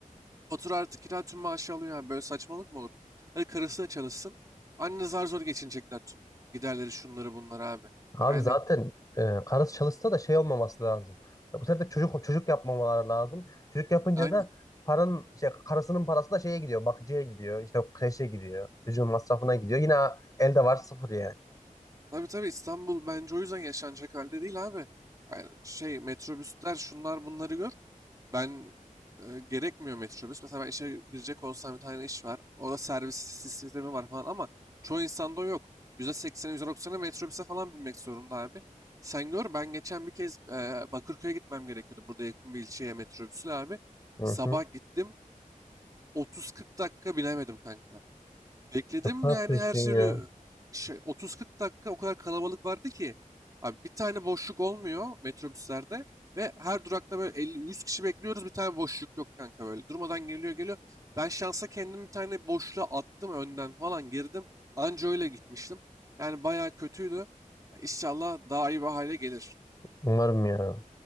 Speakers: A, on the right; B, on the left.
A: Fatura artı kira tüm maaşı alıyor yani Böyle saçmalık mı olur? Hadi karısı da çalışsın. Anne zar zor geçinecekler tüm giderleri şunları bunları abi.
B: Abi
A: Yani
B: zaten e, karısı çalışsa da şey olmaması lazım. Ya bu sefer de çocuk çocuk yapmamaları lazım. Çocuk yapınca
A: aynen.
B: da paranın şey karısının parası da şeye gidiyor, bakıcıya gidiyor, işte kreşe gidiyor, çocuğun masrafına gidiyor. Yine elde var sıfır yani.
A: Tabii tabii İstanbul bence o yüzden yaşanacak halde değil abi. Yani şey metrobüsler şunlar bunları gör. Ben e, gerekmiyor metrobüs. Mesela ben işe girecek olsam bir tane iş var. Orada servis sistemi var falan ama çoğu insanda o yok. %80'i %90'ı metrobüse falan binmek zorunda abi. Sen gör ben geçen bir kez e, Bakırköy'e gitmem gerekiyordu. Burada yakın bir ilçeye metrobüsle abi.
B: Hı
A: Sabah
B: hı.
A: gittim 30-40 dakika binemedim kanka. Bekledim
B: Şaka yapıyorsun
A: yani her türlü
B: ya.
A: şey 30-40 dakika o kadar kalabalık vardı ki. Abi bir tane boşluk olmuyor metrobüslerde ve her durakta böyle 50-100 kişi bekliyoruz bir tane boşluk yok kanka böyle. Durmadan geliyor geliyor. Ben şansa kendim bir tane boşluğa attım önden falan girdim. Anca öyle gitmiştim. Yani bayağı kötüydü. İnşallah daha iyi bir hale gelir.
B: Umarım ya.